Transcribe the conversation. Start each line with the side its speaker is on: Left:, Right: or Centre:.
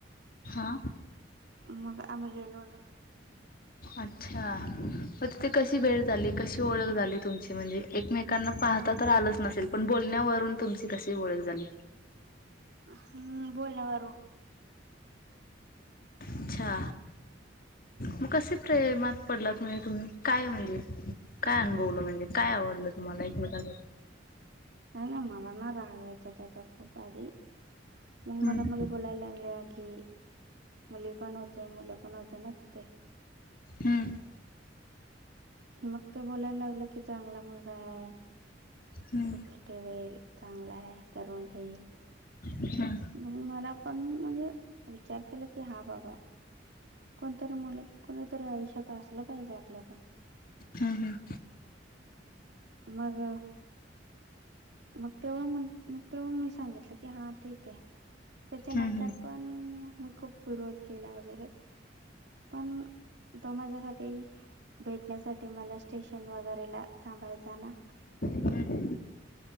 Left: हा.
Right: मग आम्ही गेलो होतो
Left: अच्छा, मग तिथे कशी वेळ झाली कशी ओळख झाली तुमची म्हणजे एकमेकांना पाह तर आलंच नसेल पण बोलण्यावरून तुमची कशी ओळख झाली
Right: हम्म, बोलण्या मारू
Left: अच्छा. मग कसे प्रेमात पडलात म्हणजे, तुम्ही काय म्हणजे, काय अनुभवलं म्हणजे, काय आवडलं तुम्हाला एकमेकां मध्ये.
Right: नाही-नाही मला ना नारळ आणायचं होता खूप आधी, मग
Left: हम्म,
Right: मला मु बोलायला लागल्या की, मुली पण होते, मुलं पण होते, ना तिथे.
Left: हम्म,
Right: मग ते बोलायला लागलं की चांगला मुलगा आहे.
Left: हम्म,
Right: सुक ते वेळ चांगला आहे, करून घे.
Left: हम्म,
Right: मग मला पण म्हणजे, विचार केला की हा बाबा. कोणतरी मुल, कोणीतरी आयुष्यात, असलं पाहिजे आपल्या पण.
Left: हम्म-हम्म.
Right: मग. मग तो, मग तो, हा मी सांगितलं की हां ठीक आहे. त्याच्यानंतर
Left: हम्म
Right: पण मी खूप विरोध केला वगैरे पण, तो माझ्यासाठी भेटण्यासाठी मला स्टेशन वगैरे ला थांबायचा ना.
Left: हम्म